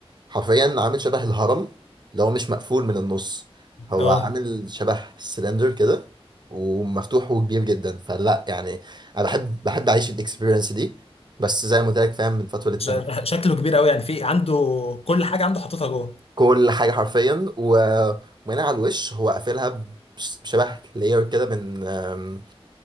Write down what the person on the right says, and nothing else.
حرفيا عامل شبه الهرم لو مش مقفول من النص هو
عامل شبه سلندر كده ومفتوح وكبير جدا فلا يعني انا بحب بحب اعيش الاكسبيرينس دي بس زي ما قلت لك فاهم من فتره للتانيه
كل حاجه حرفيا و... ومن على الوش هو قافلها بش- بشبه لاير كده من آم،